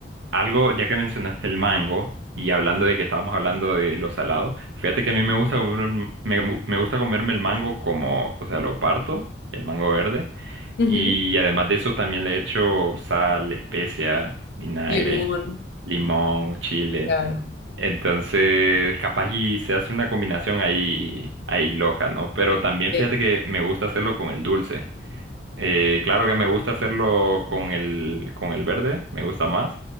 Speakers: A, on the right (about 80°); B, on the left (about 60°).
A: algo, ya que mencionaste el mango, y hablando de que estábamos hablando de lo salado, fíjate que a mí me gusta comer, un- me, gu- me gusta comerme el mango como, o sea, lo parto, el mango verde,
B: Ujú.
A: y además de eso también le echo sal, especia, vinagre,
B: Limón,
A: limón, chile.
B: claro.
A: Entonces, capaz y se hace una combinación ahí, ahí loca, ¿no? Pero también
B: eh,
A: fíjate que me gusta hacerlo con el dulce. Eh, claro que me gusta hacerlo con el, con el verde, me gusta más,